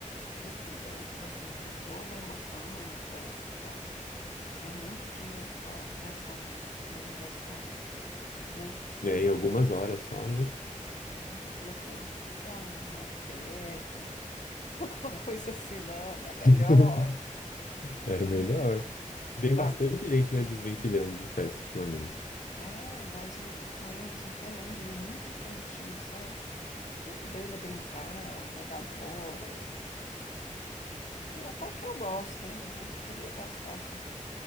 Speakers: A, on the left; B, on the left.
A: Juro por Deus. Assim, tem toda a emoção da festa e tal. Mas é muito dinheiro para gastar num, num aniversário. Muito.
B: É, em algumas horas só, né?
A: É, eu falei para eles, quer um, um iPad? <laughs> Alguma coisa assim, não, não é melhor.
B: <laughs>
A: Ah,
B: É melhor.
A: mano.
B: Tem
A: Pra-
B: bastante gente, né, desvencilhando de festa ultimamente.
A: É, mas o, o Enzo até hoje ele é muito infantil, sabe? Tudo dele é brincar, é jogar bola. Eu, até que eu gosto, né? Mas eu não queria gastar assim.